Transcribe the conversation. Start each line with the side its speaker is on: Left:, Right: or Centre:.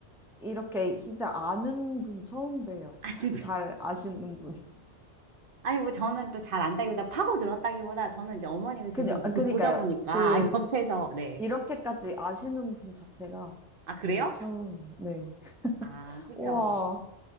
Centre: 이렇게 이제 아는 분 처음 봬요.
Right: 아, 진짜.
Centre: <laughs> 잘 아시는 분.
Right: 아니, 뭐 저는 또 잘 안다기보다 파고 들었다기보다 저는 이제 어머니가 계속
Centre: 그냥,
Right: 이렇게
Centre: 그니까요.
Right: 보다 보니까
Centre: 그
Right: <laughs> 옆에서 네.
Centre: 이렇게까지 아시는 분 자체가
Right: 아, 그래요?
Centre: 되게 처음이에요. 네.
Right: 아, 그쵸.
Centre: 우와,